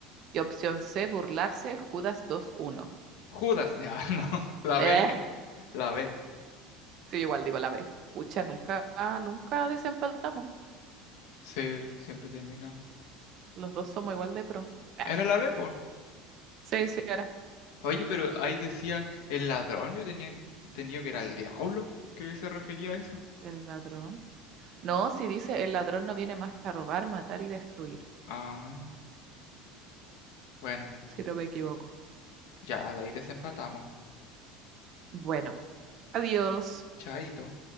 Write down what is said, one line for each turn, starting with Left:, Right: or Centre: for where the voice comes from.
Right: Y opción C, burlarse Judas dos uno.
Left: Judas, ya, <laughs> no, la
Right: Eh,
Left: B, la B.
Right: sí, igual digo la B. Pucha, nunca, nunca desempatamos.
Left: Sí, siempre terminamos.
Right: Los dos somos igual de pro. Eh,
Left: Era la B, pues.
Right: sí, sí, era.
Left: Oye, pero ahí decía el ladrón, yo tenía entendido que era el diablo. ¿Qué se refería a eso?
Right: El ladrón. No, si dice el ladrón no viene más que a robar, matar y destruir,
Left: Ah, bueno,
Right: si no me equivoco.
Left: ya, de ahí desempatamos.
Right: Bueno, adiós.
Left: Chaito.